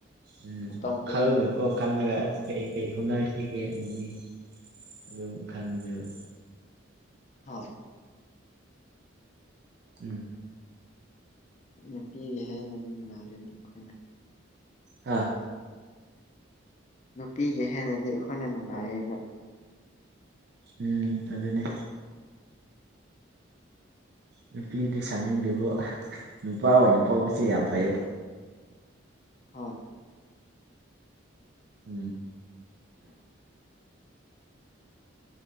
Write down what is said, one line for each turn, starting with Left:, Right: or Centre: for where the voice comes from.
Right: ꯎꯝ
Left: ꯃꯇꯝ
Right: ꯋꯥꯈꯜꯗꯀꯣ
Left: ꯈꯨꯗꯤꯡꯒꯤ ꯅꯠꯇꯦꯗꯅ
Right: ꯈꯜꯂꯒ ꯑꯩ ꯀꯩ ꯍꯣꯠꯅꯔꯤꯁꯤꯒꯦ ꯑꯅꯤ ꯑꯗꯨꯝ ꯈꯟꯕꯅꯦꯕ
Left: ꯑ
Right: ꯎꯝ
Left: ꯅꯨꯄꯤꯒꯤ ꯍꯦꯟꯅꯗꯤ ꯅꯨꯡꯉꯥꯏꯔꯤꯅꯤ ꯑꯩꯈꯣꯏꯅ
Right: ꯍꯥꯥ
Left: ꯅꯨꯄꯤꯒꯤ ꯍꯦꯟꯅꯗꯤ ꯑꯩꯈꯣꯏꯅ ꯅꯨꯡꯉꯥꯏꯌꯦꯕ
Right: ꯎꯝ ꯑꯗꯨꯅꯦ ꯅꯨꯄꯤꯗꯤ ꯁꯥꯅꯤꯡꯂꯤꯕꯣ ꯅꯨꯄꯥ ꯑꯣꯏꯅ ꯄꯣꯛꯄꯁꯦ ꯌꯥꯝ
Left: ꯎꯝ
Right: ꯐꯩ
Left: ꯍꯣꯏ
Right: ꯎꯝ